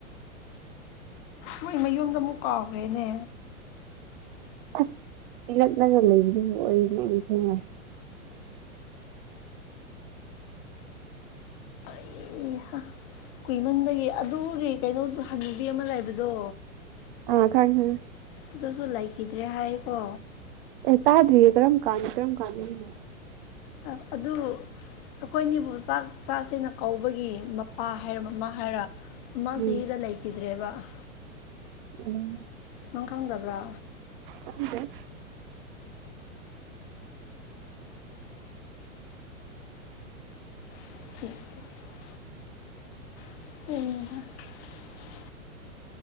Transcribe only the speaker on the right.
ꯑꯁ ꯏꯂꯛ ꯂꯛꯅ ꯂꯩꯕꯗꯨꯕꯨ ꯑꯩꯗꯤ ꯅꯤꯡꯁꯤꯡ ꯉꯦ
ꯑ ꯈꯪꯉꯦ ꯇꯪꯉꯦ
ꯑꯦ ꯇꯥꯗꯔꯤꯌꯦ ꯀꯔꯝ ꯀꯥꯥꯟ ꯀꯔꯝ ꯀꯥꯟꯗꯒꯤꯅꯣ
ꯎꯝ
ꯎꯝ
ꯈꯪꯗꯦ